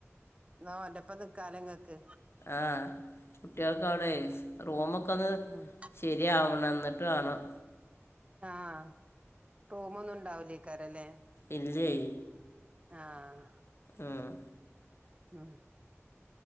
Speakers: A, on the right; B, on the left.
A: ന്നാഓൻ്റൊപ്പ നിക്കാല ങ്ങക്ക്
B: ആഹ് കുട്ട്യൾക്കവിടെ റൂമൊക്കൊന്ന്
A: ഉം
B: ശരിയാവണന്നിട്ട് വേണം
A: ആഹ് റൂമൊന്നും ഇണ്ടാവുലേക്കാരല്ലേ
B: ഇല്ലേയ്
A: ആഹ്
B: ഉംഹ്
A: ഉംഹ്